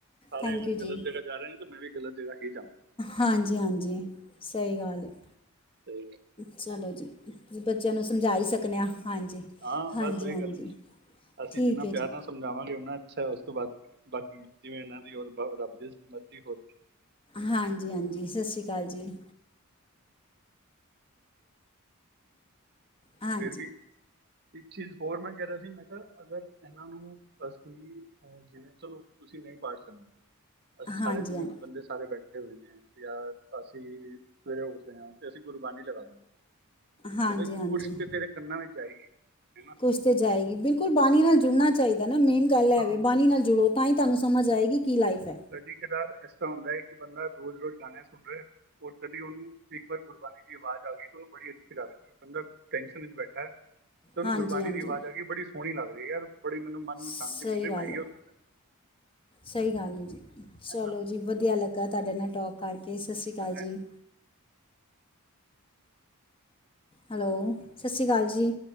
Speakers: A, on the right (about 45°); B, on the left (about 25°).
A: ਸਾਰੇ
B: ਥੈਂਕ
A: ਅਗਰ
B: ਯੂ ਜੀ
A: ਗ਼ਲਤ ਜਗ੍ਹਾ ਜਾ ਰਹੇ ਨੇ ਤਾਂ ਮੈਂ ਵੀ ਗਲਤ ਜਗਾ ਹੀ ਜਾਵਾਂ
B: ਹਾਂਜੀ-ਹਾਂਜੀ ਸਹੀ ਗੱਲ ਹੈ
A: ਸਹੀ
B: ਚਲੋ ਜੀ ਬੱਚਿਆਂ ਨੂੰ ਸਮਝਾ ਹੀ ਸਕਦੇ ਹਾਂ ਹਾਂਜੀ
A: ਹਾਂ,
B: ਹਾਂਜੀ
A: ਬਸ ਉਹੀ
B: ਹਾਂਜੀ
A: ਗੱਲ ਨਾ ਅਸੀਂ
B: ਠੀਕ
A: ਜਿੰਨਾ
B: ਹੈ
A: ਪਿਆਰ
B: ਜੀ
A: ਨਾਲ ਸਮਝਾਵਾਂਗੇ, ਉਹਨਾ ਅੱਛਾ ਉਸ ਤੋਂ ਬਾਅਦ ਬਾਕੀ ਜਿਵੇਂ ਇਹਨਾਂ ਦੀ ਹੋਰ ਰੱਬ ਦੀ ਹੋਰ
B: ਹਾਂਜੀ ਹਾਂਜੀ ਸਤਿ ਸ਼੍ਰੀ ਅਕਾਲ ਜੀ ਹਾਂਜੀ
A: ਫਿਰ ਵੀ ਇੱਕ ਚੀਜ਼ ਹੋਰ ਮੈਂ ਕਹਿ ਰਿਹਾ ਸੀ ਮੈਂ ਕਿਹਾ ਅਗਰ ਇਹਨਾਂ ਨੂੰ ਅਸੀਂ ਜਿਵੇਂ ਚਲੋ ਤੁਸੀਂ ਨਹੀਂ ਪਾੜ ਸਕਦੇ ਅਸੀਂ
B: ਹਾਂਜੀ
A: ਸਾਰੇ ਜਿਵੇਂ
B: ਹਾਂ
A: ਬੰਦੇ ਸਾਰੇ ਬੈਠੇ ਬੈਠੇ ਹੋਏ ਨੇ, ਯ ਅਸੀਂ ਮੇਰੇ ਉਠਦੇ ਹਾਂ ਤੇ ਅਸੀਂ ਗੁਰਬਾਣੀ ਲਗਾ ਦੇਦੇ
B: ਹਾਂਜੀ
A: ਤੇ ਬਾਈ
B: ਹਾਂਜੀ
A: ਕੁਛ ਤੇ ਤੇਰੇ ਕੰਨਾਂ ਵਿੱਚ ਜਾਏਗੀ ਹੇਨਾ
B: ਕੁਛ ਤੇ ਜਾਏਗੀ ਬਿਲਕੁਲ ਬਾਣੀ ਨਾਲ ਜੁੜਨਾ ਚਾਹੀਦਾ ਨਾ ਮੇਨ ਗੱਲ ਹੈਵੇ
A: ਹਾਂ
B: ਬਾਣੀ ਨਾਲ ਜੁੜੋ ਤਾਂ ਹੀ ਤੁਹਾਨੂੰ ਸਮਝ ਆਏਗੀ ਕੀ ਲਾਈਫ ਹੈ
A: ਪਹਿਲੀ ਕਿਦਾਰ ਇਸ ਤ੍ਹਾਂ ਹੁੰਦਾ ਹੈ ਕਿ ਬੰਦਾ ਰੋਜ਼ ਰੋਜ਼ ਗਾਣੇ ਸੁਣ ਰਿਹਾ ਰ ਕਦੀ ਉਹਨੂੰ ਇੱਕ ਵਾਰ ਗੁਰਬਾਣੀ ਦੀ ਆਵਾਜ਼ ਆ ਗਈ ਤੇ ਉਹਨੂੰ ਬੜੀ ਅੱਛੀ ਲੱਗਦੀ ਬੰਦਾ ਟੈਨਸ਼ਨ ਵਿੱਚ ਬੈਠਾ ਹੈ, ਤੁਹਾਨੂੰ
B: ਹਾਂਜੀ
A: ਗੁਰਬਾਣੀ
B: ਹਾਂਜੀ
A: ਦੀ ਆਵਾਜ਼ ਆ ਗਈ ਬੜੀ ਸੋਹਣੀ ਲੱਗਦੀ ਹੈ ਯਾਰ ਬੜੀ ਮੈਨੂੰ ਮਨ ਨੂੰ
B: ਸਹੀ
A: ਸ਼ਾਂਤੀ ਮਿਲ ਰਹੀ
B: ਗੱਲ
A: ਮੈਂ ਇਹੋ
B: ਹੈ,
A: ਸੁਣਦਾ
B: ਸਹੀ ਗੱਲ ਹੈ ਜੀ
A: ਹਾਂ,
B: ਚਲੋ
A: ਹੈ ਨਾ
B: ਜੀ ਵਧੀਆ
A: ਤੇ ਉਹ
B: ਲੱਗਦਾ ਤੁਹਾਡੇ ਨਾਲ ਟੋਕ ਕਰਕੇ ਸਤਿ ਸ਼੍ਰੀ ਅਕਾਲ
A: ਚੰਗਾ
B: ਜੀ
A: ਹੈ।
B: ਹੈਲੋ ਸਤਿ ਸ਼੍ਰੀ ਅਕਾਲ ਜੀ